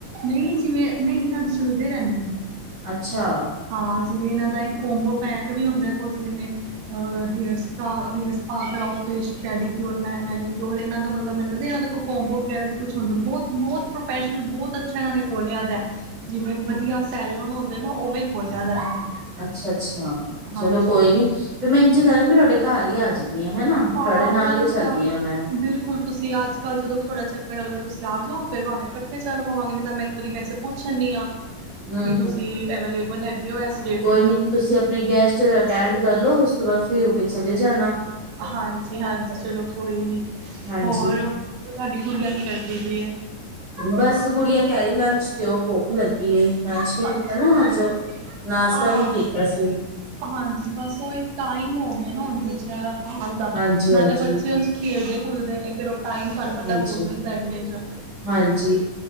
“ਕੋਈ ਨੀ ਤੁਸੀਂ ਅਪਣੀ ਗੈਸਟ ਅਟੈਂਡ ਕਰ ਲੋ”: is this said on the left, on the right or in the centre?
Right